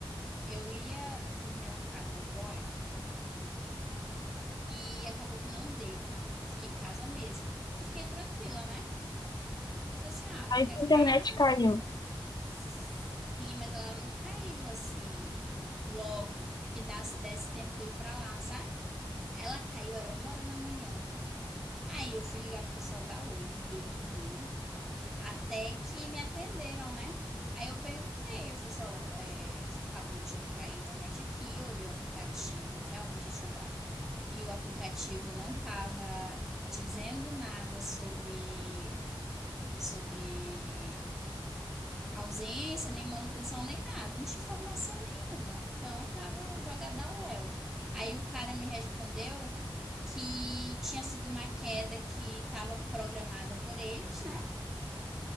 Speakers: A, in the centre; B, on the left.
A: Eu ia dormir lá pra casa do meu boy e acabou que não deu. Eu fiquei em casa mesmo. Eu fiquei tranquila, né? Falei assim, ah,
B: Aí
A: ficar
B: se
A: em
B: a internet
A: casa.
B: caiu.
A: Sim, mas ela não caiu assim logo. Que desse, desse tempo de eu ir pra lá, sabe? Ela caiu, era uma hora da manhã. Aí eu fui ligar pro pessoal da Oi, liguei, liguei. Até que me atenderam, né? Aí eu perguntei, eu falei só, é, acabou de cair a internet aqui, eu olhei o aplicativo, realmente eu tinha olhado. E o aplicativo não estava dizendo nada sobre, sobre ausência, nem manutenção, nem nada, não tinha informação nenhuma. Então tava jogada ao léu. Aí o cara me respondeu que tinha sido uma queda que estava programada por eles, né?